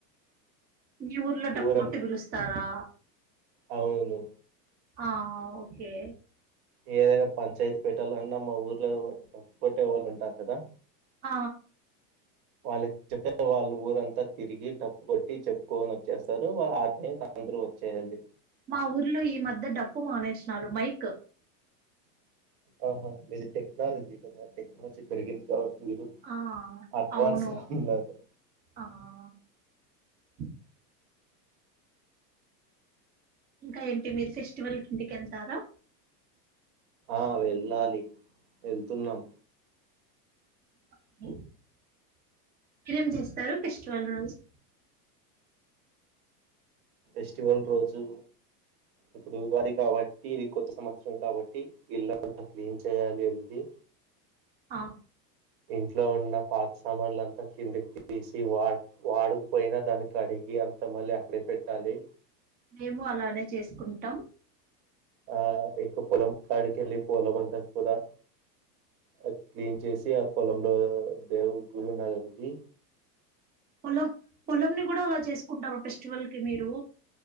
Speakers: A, on the right (about 20°); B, on the right (about 60°).
A: మీ ఊర్లో డప్పు
B: ఊరంతా
A: కొట్టి పిలుస్తస్తారా
B: అవును
A: ఆ ఓకే
B: ఏదైనా పంచాయతీ ప పెటలోన్నా మా ఊర్లో డబ్బు కొట్టే వాళ్ళు ఉంటారు కదా
A: ఆ
B: వాళ్ళకి చెప్తే వాళ్ళు ఊరంతా తిరిగి డబ్బు కొట్టి చెప్పుకొని వచ్చేస్తారు వాళ్ళ ఆటిని అందరుూ వచ్చేయండి
A: మా ఊర్లో ఈ మధ్య డప్పు మానేసినారు మైక్
B: ఆహా మీది టెక్నాలజీ కదా టెక్నాలజీ పెరిగింది కావచ్చు మీరు
A: ఆ
B: అడ్వాస్గా
A: అవును
B: ఉన్నరు
A: ఆ <inaudible> ఇంకా ఏంటి మీరు ఫెస్టివల్క్కి ఇంటికి వెళ్తారా
B: ఆ వెళ్ళాలి వెళ్తున్నాం
A: ఆ <inaudible> ఏరం చేస్తారు ఫెస్టివల్ రోజు
B: ఫెస్టివల్ రోజు ఇప్పుడు ఉగాడి కాబట్టి ఇది కొత్త సంవత్సరం కాబట్టి ఇళ్లంత కలీన్ చేయాలి అది
A: ఆ
B: ఇంట్లో ఉన్న పాత సామాన్ల అంతా కిందికి తీసి వా వాడుకుపోయినా దానికి అడిగి అంత మళ్ళీ అక్కడే పెట్టాలి
A: మేము అలానే చేసుకుంటాం
B: ఆ ఇంకా పొలం కాడికెళ్ళి పొలం అంతా కూడా అది క్లీన్ చేసి ఆ పొలంలో దేవుడు గుడి ఉన్నది ఒకటి
A: పొలం పొలం ని కూడా అలా చేసుకుంటార ఫెస్టివల్ కి మీరు